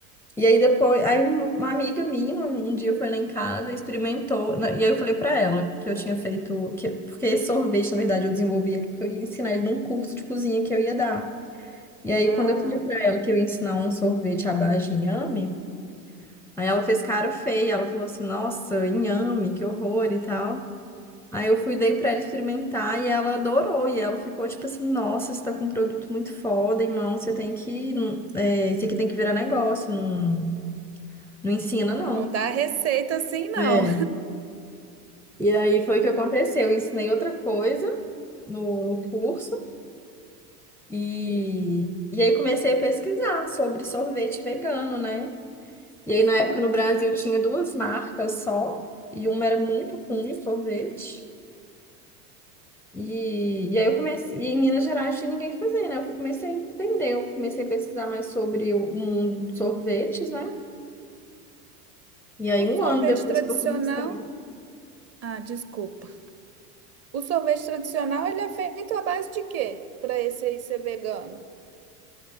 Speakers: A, in the centre; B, on the right.
A: e aí depois, aí uma uma amiga minha, um um dia foi lá em casa, experimentou, na- e aí eu falei para ela que eu tinha feito, que, porque esse sorvete, na verdade, eu desenvolvi ele, porque eu ia ensinar ele num curso de cozinha que eu ia dar. E aí,
B: ah,
A: quando eu falei pra ela que eu ia ensinar um sorvete à base de inhame, aí ela fez cara feia. Ela falou assim: Nossa, inhame, que horror e tal. Aí eu fui, dei pra ela experimentar e ela adorou. E ela ficou tipo assim: Nossa, você tá com um produto muito foda, irmão. Você tem que. É, isso aqui tem que virar negócio. Não, não ensina, não.
B: não dá receita assim, não.
A: É. E aí foi o que aconteceu. Eu ensinei outra coisa no, no curso e, e aí comecei a pesquisar sobre sorvete vegano, né? E aí,
B: Uhum.
A: na época, no Brasil, tinha duas marcas só, e uma era muito comum sorvete. E, e aí eu comecei, e em Minas Gerais tinha ninguém fazendo, né? Eu fui- comecei a entender, eu comecei a pesquisar mais sobre o mundo dos sorvetes, né? E aí,
B: O
A: um
B: sorvete
A: ano depois
B: tradicional.
A: que eu comecei.
B: Ah, desculpa. O sorvete tradicional, ele é feito à base de quê? Para esse aí ser vegano.